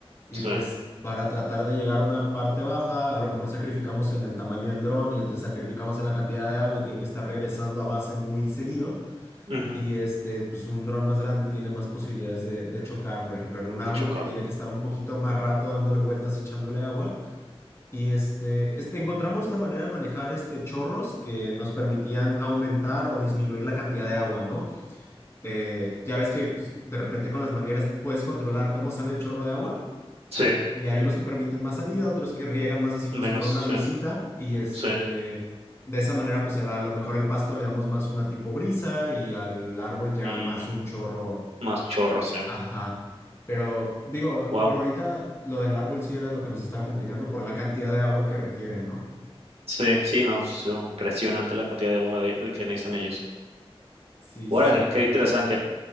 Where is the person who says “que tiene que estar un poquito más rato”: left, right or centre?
Left